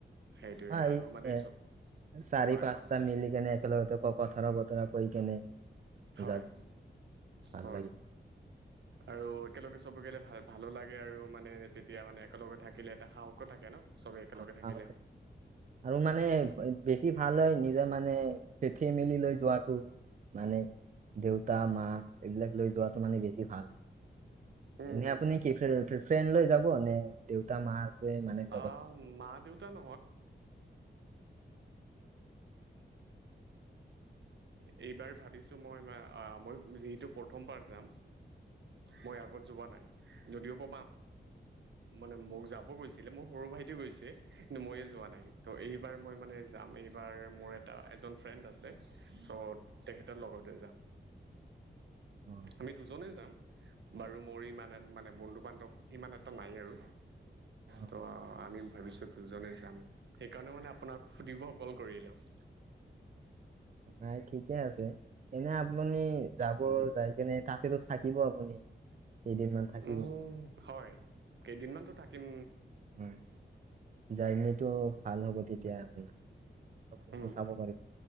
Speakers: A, on the right (about 70°); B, on the right (about 40°).
A: সেইটোৱে
B: হয়
A: আৰু
B: এই
A: মানে
B: এ
A: চ
B: চাৰি
A: হয়
B: পাঁচটা
A: হয়
B: মিলি কেনে একেলগতে ক কথাৰব তৰা কৰি কেনে
A: হয়
B: যাব ভাল
A: হয়।
B: লাগে
A: আৰু একেলগে চব গ'লে ভাল ভালো লাগে আৰু মানে তেতিয়া মানে একেলগে থাকিলে এটা সাহসো থাকে ন'। চবে একেলগে
B: অ',
A: থাকিলে
B: আৰু মানে বেছি ভাল হয় নিজৰ মানে ঠি <unintelligible> মেলি লৈ যোৱাাতটো মানে দেউতা, মা এইবিলাক লৈ যোৱাটো মানে বেছি ভাল হয়।
A: হয়। উম
B: এনে
A: হুম
B: আপুনি কি ফ্ৰেণ্ড লৈ যাব নে দেউতা, মা? মানে লগত?
A: অ', মাক ন এইবাৰ ভাবিছো মই যি প্ৰথম বাৰ জাম মই আগত যোৱা নাই যদিও ব মানে মোক যাব গৈছে মোৰ সৰু ভাইটি গৈছে কিন্তু মইয়ে যোৱা নাই ত' এইবাৰ মই মানে যাম এইবাৰ মোৰ এটা এজন ফ্ৰেণ্ড আছে চ' তেখেতৰ লগতে যাম
B: অ',
A: আমি দুজনে যাম বাৰু মোৰ ইমান এ মানে বন্ধু বান্ধৱ ইমান এটা নাই আৰু
B: অ',
A: ত আমি ভাবিছো দুজনে যাম সেইকাৰণে মানে আপোনাক সুধিব অকলল কৰিলেো উম
B: নাই ঠিকে আছে, এনে আপুনি যাব যাই কিনে তাতেতো থাকিব আপুনি। কেইদিনমান থাকিব।
A: উ হয়, কেইদিনমানতো থাকিম।
B: হয়, জাৰ্ণিটো ভাল হ'ব তেতিয়া আপোনাৰ চব বস্তু
A: উম
B: চাব পাৰিব